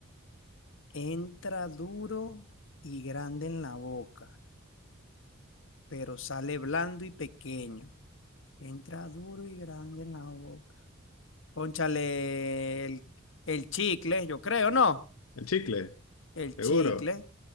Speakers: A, on the left; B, on the left.
A: Entra duro y grande en la boca, pero sale blando y pequeño. Entra duro y grande en la boca. Pónchale el, el chicle, yo creo, ¿no?
B: ¿El chicle?
A: El
B: ¿Seguro?
A: chicle.